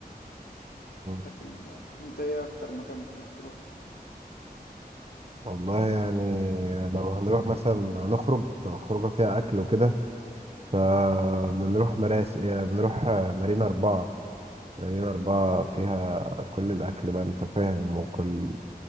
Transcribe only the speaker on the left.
لكن آه، أنت إيه أكتر مكان بتحب تروح؟